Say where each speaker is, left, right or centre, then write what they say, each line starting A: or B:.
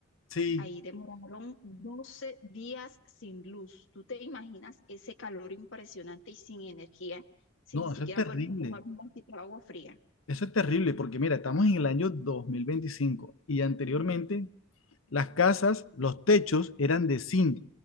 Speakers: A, on the left (about 80°); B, on the left (about 70°).
A: Sí,
B: Ahí demoraron 12 días sin luz. ¿Tú te imaginas ese calor impresionante y sin energía, sin
A: no,
B: siquiera
A: eso es terrible.
B: poder tomar un vasito de agua fría?
A: Eso es terrible porque mira, estamos en el año 2025 y anteriormente las casas, los techos eran de zinc.